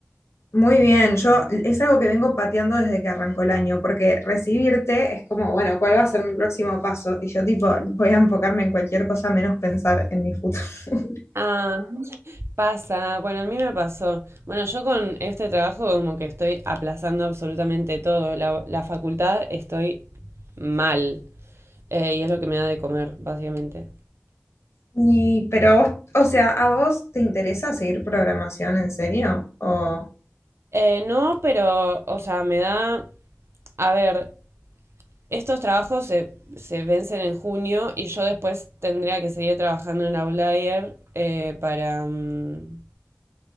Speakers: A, on the left; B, on the right.
A: Muy bien, yo es algo que vengo pateando desde que arrancó el año, porque recibirte es como, bueno, ¿cuál va a ser mi próximo paso? Y yo tipo, voy a enfocarme en cualquier cosa menos pensar en mi futuro. <laughs>
B: Ah, pasa. Bueno, a mí me pasó. Bueno, yo con este trabajo como que estoy aplazando absolutamente todo. La, la facultad estoy mal. Eh, y es lo que me da de comer, básicamente.
A: Y, pero vos, o sea, ¿a vos te interesa seguir programación en serio? O,
B: Eh, no, pero, o sea, me da... A ver, Estos trabajos se, se vencen en junio y yo después tendría que seguir trabajando en Outlier eh, para, mm,